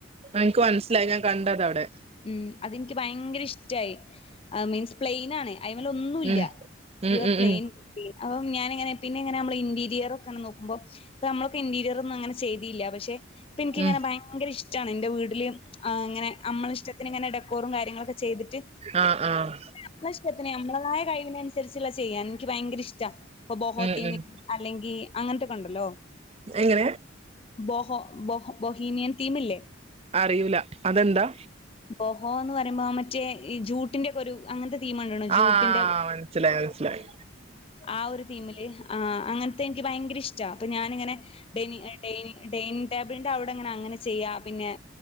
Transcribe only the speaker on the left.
ഉം അതെനിക്ക് ഭയങ്കര ഇഷ്ടായി അഹ് മീൻസ് പ്ലെയിൻ ആണ് അയി്മല് ഒന്നുല്ല
യു ആർ
പ്ലെയിൻ
പീ അപ്പം ഞാന്ങ്ങനെ പിന്നെ ങ്ങനെ അമ്മള് ഇന്റീരിയർ ഒക്കെനെ നോക്ക്മ്പൊ പ്പ നമ്മളൊക്കെ ഇന്റീരിയർ ഒന്നും അങ്ങനെ ചെയ്തിയില്ല പക്ഷെ ഇപ്പം ഇൻക്കിങ്ങനെ
ഭയങ്കര ഇഷ്ടണ് ഇന്റെറ വീട്ടില് ആഹ് ഇങ്ങനെ നമ്മളെഷ് ത്ന്ങ്ങനെ ഡെക്കോറം കാര്യങ്ങളൊക്കെ ചെയ്തിട്ട്
നമ്മള ഇഷ്ടത്തിന് നമ്മളതായ കഴിവിനൻസരിച്ള്ള ചെയ്യാ ഇൻക്ക് ഭയങ്കര ഇഷ്ട ഇപ്പൊ ബോഹോത്തീ
അല്ലെങ്കി അങ്ങൻത്തക്കെണ്ടല്ലോ
ബോഹോ ബൊഹൊ ബൊഹീനിയൻ ട്ടീമില്ലേ
ബോഹോ എന്ന് പറയുമ്പോ മറ്റേ ഈ ജൂ ട്ടിന്റെക്കെരു അങ്ങൻത്തെ ട്ടീം കണ്ടീനോ ജൂട്ടിന്റെ
ആഹ് ഒരു തീമില് ആഹ് അങ്ങൻത്തെ ഇൻക്ക് ഭയങ്കര ഇഷ്ട അപ്പൊ ഞാനിങ്ങനെ ഡനി ഡൈനി ഡൈനിങ് ടേബിളിന്റെ അവിടെങ്ങനെ അങ്ങനെ ചെയ്യ പിന്നെ